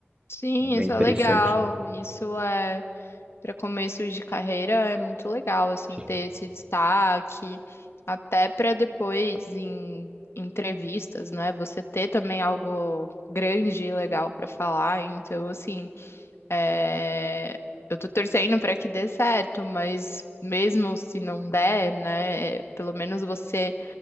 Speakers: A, on the left; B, on the right.
A: Sim,
B: É bem
A: isso
B: interessante.
A: é legal. Isso é para começo de carreira é muito legal assim
B: Sim.
A: ter esse destaque, até para depois em entrevistas, né? Você ter também algo grande e legal para falar. Então, assim, É, eu tô torcendo pra que dê certo, mas mesmo se não der, né, pelo menos você